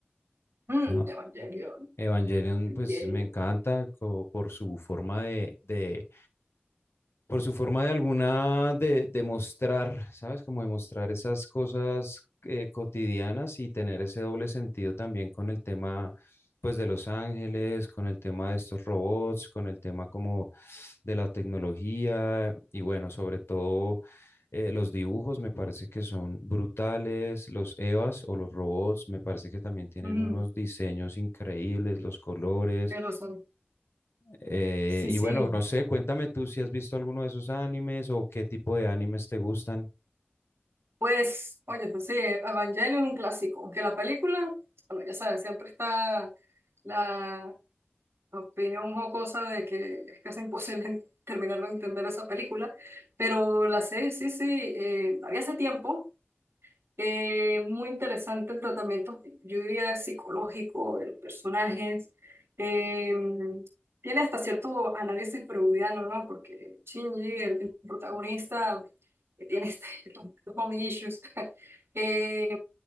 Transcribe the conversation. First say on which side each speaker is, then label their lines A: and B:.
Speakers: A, on the right (about 80°); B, on the left (about 80°).
A: Mm,
B: Eva-
A: Evangelio,
B: Evangelion,
A: Evangelio,
B: pues me encanta co- por su forma de, de por su forma de alguna de, de mostrar, ¿sabes? Como demostrar esas cosas eh, cotidianas y tener ese doble sentido también con el tema, pues, de los ángeles, con el tema de estos robots, con el tema como de la tecnología y bueno, sobre todo eh, los dibujos me parece que son brutales, los EVAs o los robots me parece que también tienen
A: Mm,
B: unos diseños increíbles, los colores,
A: tienes razón.
B: eh,
A: Sí,
B: y
A: sí.
B: bueno, no sé, cuéntame tú si has visto alguno de esos animes o qué tipo de animes te gustan.
A: Pues, oye, pues sí, Evangelion un clásico. Aunque la película, bueno, ya sabes, siempre está la opinión jocosa de que es casi imposible <laughs> terminar de entender esa película. Pero la serie, sí, sí, eh, la vi hace tiempo. Eh, muy interesante el tratamiento, yo diría, psicológico de los personajes. Eh, tiene hasta cierto análisis freudiano, ¿no? Porque Shinji, el, el protagonista, que tiene este, <laughs> los mommy issues, <laughs> eh,